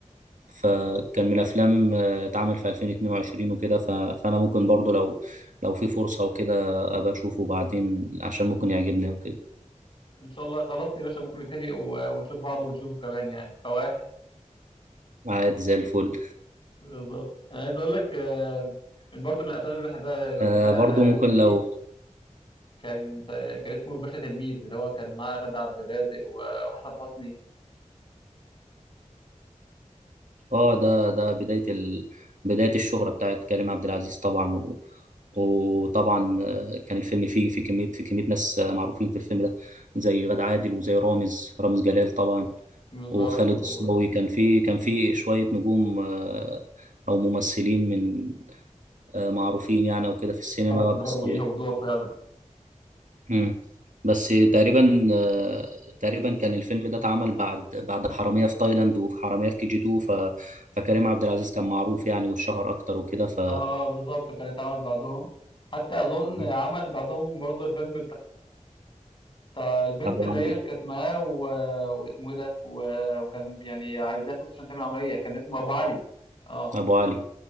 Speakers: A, on the right; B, on the left.
A: فكان من الافلام آه، اتعمل في 2022 وكده ف... فانا ممكن برضو لو لو في فرصه وكده ابقى اشوفه بعدين عشان ممكن يعجبني وكده
B: ان شاء الله خلاص يا باشا ممكن نتفق و- ونشوف بعض ونشوفه كمان يعني فواحد
A: عادي زي الفل
B: بالظبط انا عايز اقول لك آه، من برضه من الافلام اللي بحبها بحبها
A: آه برضو ممكن
B: آه، ليه
A: لو
B: كان كان اسمه الباشا تلميذ اللي هو كان معاه غادة عبد الرازق و- وحسن حسني
A: اه ده ده بداية ال... بداية الشهرة بتاعت كريم عبد العزيز طبعا و... وطبعا آه، كان الفيلم فيه في كمية في كمية ناس آه، معروفين في الفيلم ده زي غادة عادل وزي رامز رامز جلال طبعا
B: بالظبط
A: وخالد
B: وكبار
A: الصاوي كان فيه كان فيه شوية نجوم آه، أو ممثلين من آه، معروفين يعني وكده في السينما
B: كبار
A: بس
B: وليهم دور فعلا
A: مم. بس تقريبا آه، تقريبا كان الفيلم ده اتعمل بعد بعد حرامية في تايلاند وحرامية في كي جي 2 ف... فكريم عبد العزيز كان معروف يعني والشهر اكتر وكده ف
B: اه آه، بالظبط كان اتعمل بعدهم حتى اظن
A: مم.
B: عمل بعدهم برضه الفيلم فالبنت
A: ابو
B: اللي
A: علي
B: هي اللي كانت معاه و... واسمه ايه ده و... وكان يعني عايزاه فلوس عشان تعمل عمليه كان اسمه ابو علي اه
A: ابو علي